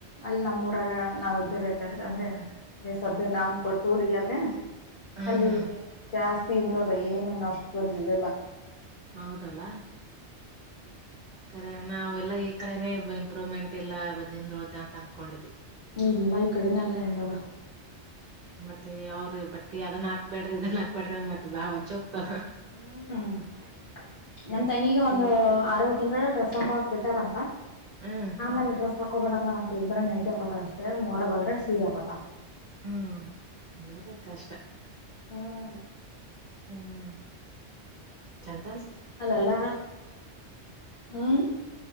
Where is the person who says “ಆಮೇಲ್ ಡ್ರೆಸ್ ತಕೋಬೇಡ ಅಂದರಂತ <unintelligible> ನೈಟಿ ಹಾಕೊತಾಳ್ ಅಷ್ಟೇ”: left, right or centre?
Left